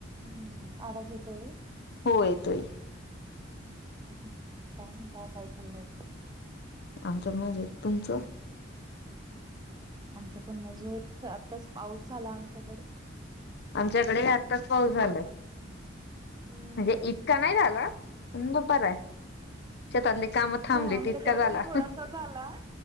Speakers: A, on the right; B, on the left.
A: हम्म, आवाज येतोय?
B: हो येतोय.
A: हम्म काय म्हणता काय चाललं?
B: आमचं मजेत तुमचं?
A: आमचं पण मजेत आत्ताच पाऊस झाला आमच्याकडे.
B: आमच्याकडे आत ताच पाऊस झालाय
A: हम्म
B: म्हणजे इतका नाही झाला पण दुपार हाय शेतातली काम थांबली
A: हो आमच्याकडे
B: तितका झाला.
A: पण थोडासा झाला